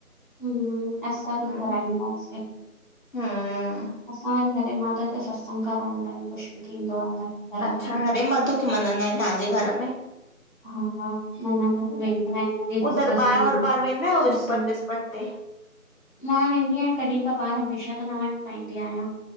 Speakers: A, on the left (about 35°); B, on the left (about 60°).
A: हम्म, असां बि
B: हम्म
A: कराईंदासे।
B: हम्म।
A: असां वरी हरे माधव जो सत्संग कराईंदा आयूं कुछ बि थींदो आ त। घर
B: अच्छा,
A: में।
B: हरे माधव खे मञंदा आहिनि तव्हांजे घरि में?
A: हा मञंदा आहिनि,
B: हम्म,
A: वेंदा आहिनि मुहिंजी
B: पो
A: ससु-वसु
B: दरबार
A: वेंदी
B: वरबार
A: आहे
B: वेंदा आहियो विस्पति
A: सत्संग ते।
B: विस्पति ते?
A: मां वेंदी आहियां कॾहिं-कॿार हमेशाह त न वञी पाईंदी आहियां।